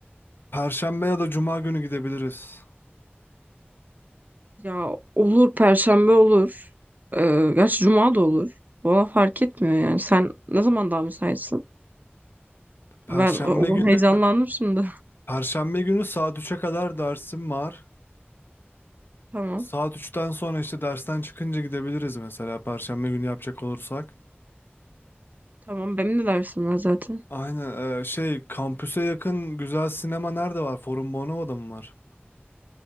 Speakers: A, on the left; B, on the right.
A: Perşembe ya da Cuma günü gidebiliriz.
B: Ya olur Perşembe olur. Ee, gerçi Cuma da olur. Valla fark etmiyor yani. Sen ne zaman daha müsaitsin?
A: Perşembe
B: Ben o, o-
A: günü
B: heyecanlandım şimdi.
A: Perşembe günü saat üç'e kadar dersim var.
B: <laughs> Tamam.
A: Saat üçten sonra işte dersten çıkınca gidebiliriz mesela Perşembe günü yapacak olursak.
B: Tamam benim de dersim var zaten.
A: Aynen e, şey kampüse yakın güzel sinema nerede var? Forum Bonova'da mı var?